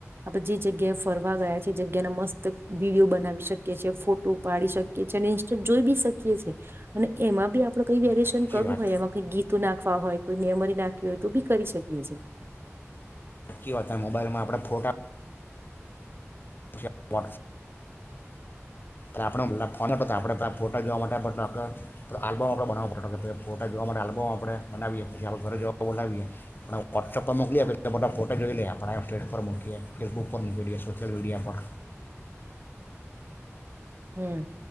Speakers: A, on the right (about 50°); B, on the left (about 40°).
A: આપણે જે જગ્યાએ ફરવા ગયાી્યા ્યા મસ્ત વિડીયો બનાવી શકીએ છી ફોટો પાડી શકીએી અને ઇન્સ્ટા જોઈ બી શકીએીએ અને એમાં બી આપડે કઈ વેરએેશન
B: સાચી
A: કરું
B: વાત
A: હો ગીત તું નાખવા હોય કોઈ મેમરી નાખવી હોય તો બી કરી શકીએ છે.
B: કી વાત મોબાઈલમાં આપણેે ફોટા વોટ્સપકીકીએ પ આપ ફો આપણે ફોટા જોવા માટે આલ્બમ આપ બ ફોટા જોવા માટેલ્બમ આપણે બનાવીએ પછી આપો ઘરે જ બોલાવીએ આપણે વોટ્સએપ પર મોકલી આપ પે એલે બધા ફોટો જોઈ લઈ આપણે સેટ પર મકીએ ફેસબુક પર મૂકી દઈએ સોશિયલ મીડિયા પર
A: હમ્મ